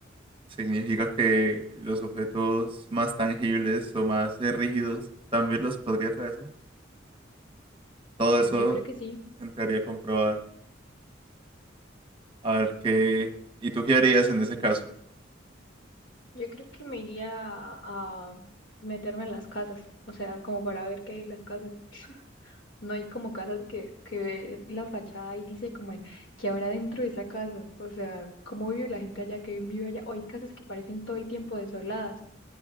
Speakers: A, on the right; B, on the left.
A: significa que los objetos más tangibles o más eh, rígidos también los podría atravesar. Todo
B: Yo
A: eso
B: creo que sí.
A: entraría a comprobar. A ver qué. ¿Y tú qué harías en ese caso?
B: Yo creo que me iría a meterme en las casas, o sea, como para ver qué hay en las casas. <laughs> No hay como casas que, que ve la fachada y dice como que habrá dentro de esa casa, o sea, cómo vive la gente allá, que vive allá. O hay casas que parecen todo el tiempo desoladas